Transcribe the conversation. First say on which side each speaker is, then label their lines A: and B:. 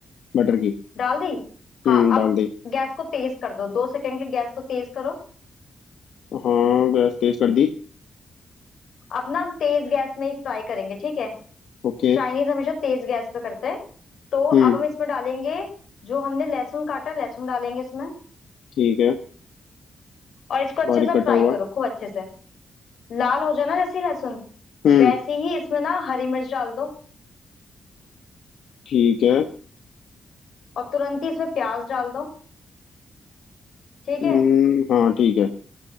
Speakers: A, on the left; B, on the left.
A: बटर की
B: डाल दी हाँ
A: हम्म
B: अब
A: डाल दी
B: गैस को तेज कर दो दो सेकंड के लिए गैस को तेज करो
A: हाँ गैस तेज कर दी
B: अपना हम तेज गैस में ही फ्राई करेंगे ठीक है
A: ओके
B: चाइनीज हमेशा तेज गैस पे करते हैं तो अब
A: हम्म
B: हम इसमें डालेंगे जो हमने लहसुन काटा लहसुन डालेंगे इसमें
A: ठीक है
B: और इसको अच्छे
A: बारीक
B: से फ्राई
A: कटा हुआ
B: करो खूब अच्छे से लाल हो जाए ना जैसे ही लहसुन
A: हम्म
B: वैसे ही इसमें ना हरी मिर्च डाल दो
A: ठीक है
B: और तुरंत ही इसमें प्याज डाल दो ठीक
A: हम्म
B: है
A: हाँ ठीक है